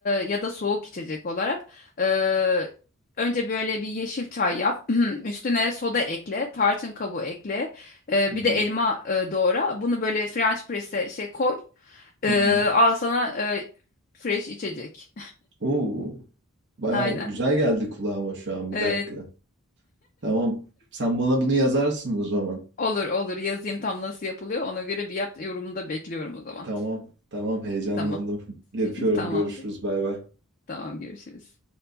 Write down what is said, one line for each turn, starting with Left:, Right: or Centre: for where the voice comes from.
Left: ya da soğuk içecek olarak e, önce böyle bir yeşil çay yap. <clears throat> Üstüne soda ekle, tarçın kabuğu ekle. e,
Right: Hı hı.
Left: bir de elma e, doğra. Bunu böyle French press'e şey koy. E,
Right: Hı hı.
Left: al sana e, fresh içecek.
Right: Oo, baya
Left: <laughs> Aynen.
Right: güzel geldi kulağıma şu an. Bir
Left: E,
Right: dakika. Tamam. Sen bana bunu yazarsın o zaman.
Left: Olur olur yazayım tam nasıl yapılıyor. Ona göre bir yap yorumunu da bekliyorum o zaman.
Right: Tamam. Tamam heyecanlandım.
Left: Tamam.
Right: <laughs> Yapıyorum.
Left: <laughs> Tamamdır.
Right: Görüşürüz. Bay bay.
Left: Tamam görüşürüz.